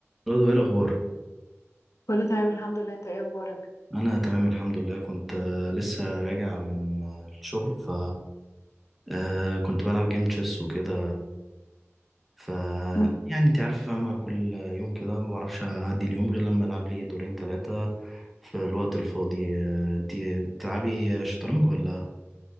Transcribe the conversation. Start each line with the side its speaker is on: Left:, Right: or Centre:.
Centre: برضو ايه الاخبار
Left: كله تمام الحمد لله انت ايه اخبارك
Centre: انا تمام الحمد لله كنت آه، لسه راجع من آه، الشغل ف آه، كنت بلعب جيم تشيس وكده ف
Left: مم.
Centre: يعني انت عارفه فاهمه كل يوم كده ما بعرفش اعدي اليوم غير لما العب لي دورين ثلاثه في الوقت الفاضي آه، انت بتلعبي شطرنج ولا